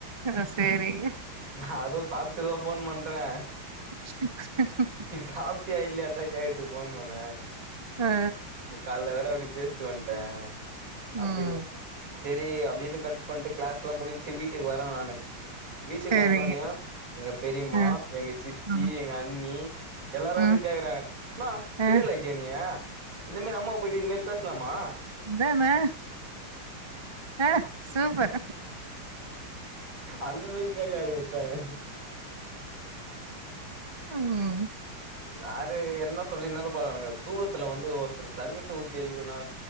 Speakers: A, on the right; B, on the right.
A: அ சேரி
B: நா அதுவு சாப்டது ஃபோன் பண்றே
A: ச் ஹ ஹ ஹ
B: சாப்டியா இல்லியாந்தா கேக்கரத்துக்கு ஃபோன் பன்னே
A: ஆ
B: இப்டி கால்ல வேற அப்டி பேச் சு வந்ட்டே அப்டினு
A: ம்
B: செரி அப்டின்னு கட் பண்ட்டு கிளாஸ்லா முடிஞ்சு வீட்டுக்கு வரே நானு வீட்டுக்கு
A: சேரிங்க
B: வந்தோனேயோ எங்க பெரியமா
A: ஆ
B: எங்க சித்தி
A: ம்
B: எங்க அண்ணி எல்லாரு வந்து
A: ம்
B: கேக்குறாங்க னா பெரிய
A: ஆ
B: ஆள் ஆயிடியா நீய இந்த மாரி அம்மாவ போயிட்டு இது மாரி பேச்லாமா
A: இதானே ஆ சூப்பர்
B: அந்த மாரிக்கேக்க ஆரம்பிச்சுட்டாங்க
A: ம்
B: வேர என்ன சொல்லி இருந்தாலு பரவால்லங்க தூக்கத்துல வந்து ஒருத்தர தண்ணி ஊத் தி எழுப்புனா